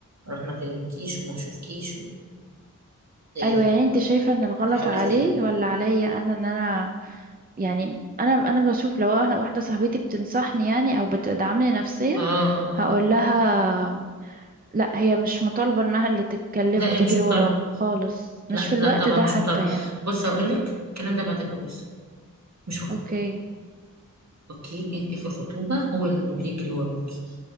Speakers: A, on the right (about 55°); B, on the right (about 30°).
A: اروح ما اكلمكيش وما اشوفكيش ده ايه
B: أيوة
A: ده
B: يعني
A: طب
B: أنت شايفة إن الغلط
A: انت حاولت
B: عليه
A: ايه
B: ولا عليا أنا إن أنا يعني أنا أنا بشوف لو واحدة واحدة صاحبتي بتنصحني يعني أو بتدعمني نفسيا
A: اه اه
B: هقول لها لا هي مش مطالبة انها اللي تتكلم
A: لا
B: وتجري
A: ايه مش
B: وراه
A: مطالبة
B: خالص مش
A: لا
B: في
A: لا
B: الوقت
A: طبعا
B: ده
A: مش
B: حتى
A: مطالبة
B: يعني
A: بص هقول لك الكلام ده بعد الجواز مش في الخطوبة
B: اوكي
A: اوكي انت في الخطوبة هو اللي بيجري وراكي